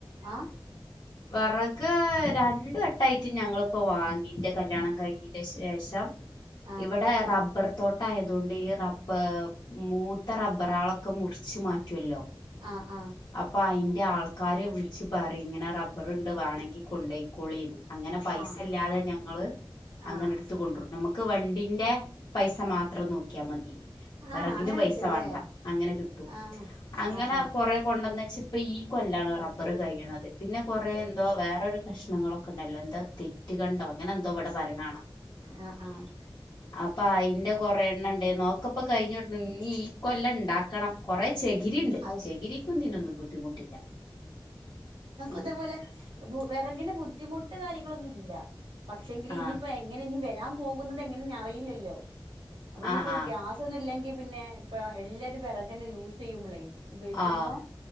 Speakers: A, on the right; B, on the left.
A: ആഹ്
B: വിറക് രണ്ടും എട്ടായിട്ടും ഞങ്ങിപ്പോ വാങ്ങിക് കല്യാണം കഴിഞ്ഞിന്റെ ശേഷം
A: ആഹ്
B: ഇവിടെ റബ്ബർ തോട്ടായതുകൊണ്ട് ഈ റബ്ബ മൂത്ത റബ്ബറാളൊക്കെ മുറിച്ചു മാറ്റുമല്ലോ
A: ആഹ് ആഹ്
B: അപ്പൊ അയിന്റെ ആൾക്കാരെ വിളിച്ചു പറെം ഇങ്ങനെറബ ബറുണ്ട് വേണങ്കി കൊണ്ടയ്ക്കോളീന്ന് അങ്ങനെ പൈസ
A: ആഹ്
B: ഇല്ലാതെ ഞങ്ങള്
A: ആഹ്
B: അങ്ങനെ എടുത്ത കൊണ്ടും നമുക്ക് വണ്ടിന്റെ പൈസ മാത്രം നോക്കിയാ മതി വിറകിന്
A: ആഹ് അങ്ങനെ
B: പൈസ
A: കിട്ടൂല്ലേ
B: വേണ്ട അങ്ങനെ കിട്ടും
A: ആഹ്
B: അങ്ങനെ
A: ആഹ് ആഹ്
B: കൊറെ കൊണ്ടുന്ന് ഇപ്പ ഈ കൊല്ലാണ് റബ്ബർ കഴിയണത് പിന്നെ കുറേ എന്തോ വേറൊരു കഷ്ണങ്ങളൊക്കെ ഉണ്ടല്ലോ എന്തോ തെറ്റ്കണ്ടോ അങ്ങനെ എന്തോ ഇവിടെ പറയ്ണ കണാം
A: ആഹ് ആഹ്
B: അപ്പൊ അയിന്റെ കൊറെ എണ്ണണ്ട് നോക്കപ്പോ കഴിഞ്ഞോള്ളു ഇനി ഈ കൊല്ലം ഇണ്ടാക്കണം കൊറെ ചെകിരിണ്ട്
A: അത്
B: ചെകിരിക്കൊന്നിനും
A: ശ
B: ബുദ്ധിമുട്ടില്ല ഉം
A: അതേപോലെ വിറകിന് ബുദ്ധിമുട്ട് കാര്യങ്ങളൊ ളില്ല പക്ഷെങ്കിലും
B: ആഹ്
A: ഇനിയിപ്പ എങ്ങനെ ഇനി വ ഞാൻ പോകുന്നത് എങ്ങനെ അറിയില്ലല്ലോ. അപ്പൊ ഇനിയിപ്പോ
B: ആഹ് ആഹ്
A: ഗ്യാസ് ഒന്നും ഇല്ലെങ്കി. പിന്നെ ഇപ്പൊ എല്ലാ വിറകെൻ യൂസ്യ്യുമ്പളേ ഉപയ്ക്കുമ്പോ
B: ആഹ്